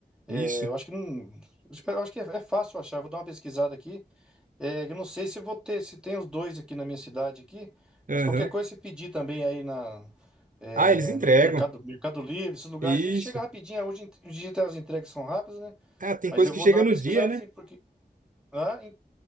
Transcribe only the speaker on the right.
Isso.
Aham.
Ah, eles entregam.
Isso.
Ah, tem
coisa
que
chega
no
dia,
né?